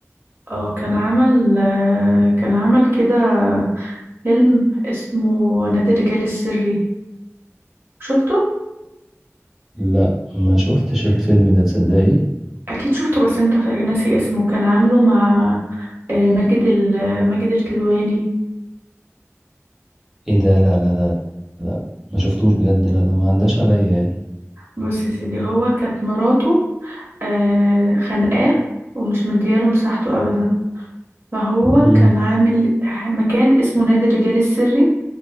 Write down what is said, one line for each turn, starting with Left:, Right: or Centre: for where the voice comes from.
Right: اه كان عمل آه كان عمل كده فيلم اسمه نادي الرجال السري شفته
Centre: لا ما شفتش الفيلم ده تصدقي
Right: اكيد شفته بس انت فا- ناسي اسمه كان عامله مع آه ماجد ال- ماجد الكدواني
Centre: ايه ده لا لا لا لا ما شفتوش بجد لا لا ما عداش عليا يعني
Right: بص يا سيدي هو كانت مراته آه خانقاه ومش مدياله مساحته أبدا فهو
Centre: مم.
Right: كان عامل مكان اسمه نادي الرجال السري